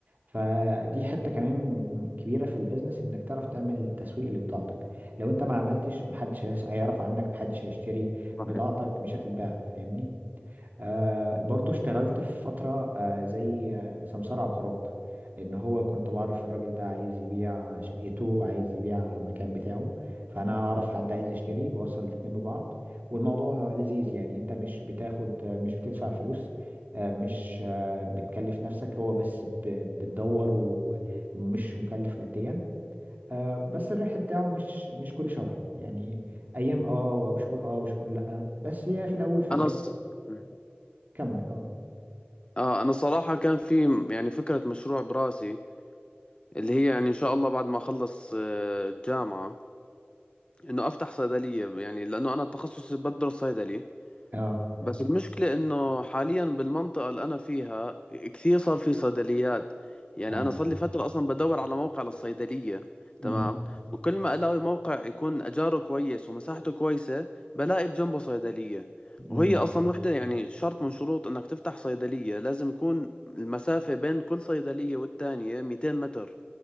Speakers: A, on the right (about 45°); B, on the left (about 25°).
A: فدي حتة كمان كبيرة في البيزنس انك تعرف تعمل تسويق لبضاعتك لو انت ما عملتش محدش هيس- هيعرف عنك محدش هيشتري
B: صحيح
A: بضاعتك مش هتتباع فاهمني آه برضو اشتغلت في فترة آه زي آه سمسار عقارات ان هو كنت بعرف الراجل ده عايز يبيع شقته عايز يبيع المكان بتاعه فانا اعرف حد عايز يشتري بوصل الاتنين ببعض والموضوع لذيذ يعني انت مش بتاخد آه مش بتدفع فلوس آه مش آه بتكلف نفسك هو بس ب- بتدور و- ومش مكلف ماديا آه بس الربح بتاعه مش مش كل شهر يعني ايام اه او شهور اه وشهور لا بس هي في الاول في الاخر
B: انا الص- مم.
A: كمل اه
B: اه انا صراحة كان في يعني فكرة مشروع براسي اللي هي يعني ان شاء الله بعد ما اخلص آه، الجامعه انه افتح صيدليه يعني لانه انا تخصصي بدرس صيدلي
A: اه
B: بس المشكله انه حاليا بالمنطقه اللي انا فيها كثير صار في صيدليات يعني
A: اه
B: انا صار لي فتره اصلا بدور على موقع للصيدليه تمام
A: امم
B: وكل ما الاقي موقع يكون اجاره كويس ومساحته كويسه بلاقي بجنبه صيدليه
A: امم
B: وهي اصلا وحده يعني شرط من شروط انك تفتح صيدليه لازم يكون المسافه بين كل صيدليه والتانيه 200 متر